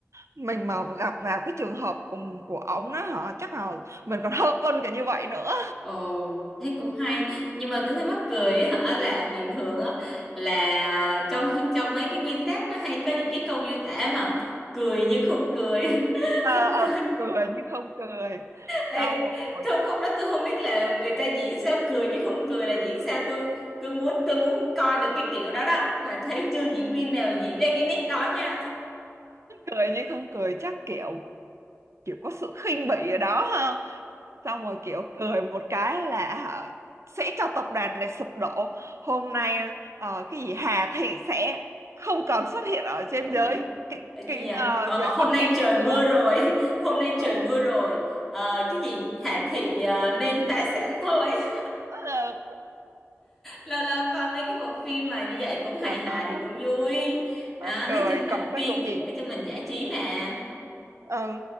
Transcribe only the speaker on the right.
mình mà
gặp vào cái trường hợp của, của ổng đó hả chắc là mình còn hơn cả như vậy nữa
ờ ờ
cười như không cười
xong rồi
cười nhưng không cười chắc kiểu kiểu có sự khinh bỉ ở đó ha xong rồi kiểu cười một cái là hả, sẽ cho tập đoàn này sụp đổ hôm nay ờ, cái gì Hà Thị sẽ không còn xuất hiện ở trên
giới cái,
cái
ờ,
giới
Bắc
Kinh
này nữa
<laughs>
Ờ,
trời
ơi,
mắc cười
còn có
vụ
gì
ừ.